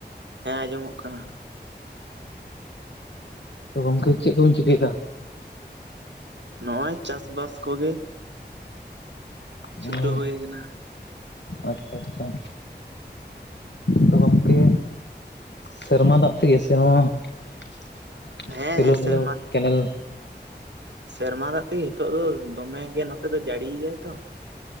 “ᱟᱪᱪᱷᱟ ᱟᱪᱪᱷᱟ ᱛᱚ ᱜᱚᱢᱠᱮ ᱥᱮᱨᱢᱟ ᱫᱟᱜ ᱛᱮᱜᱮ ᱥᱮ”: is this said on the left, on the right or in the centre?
Left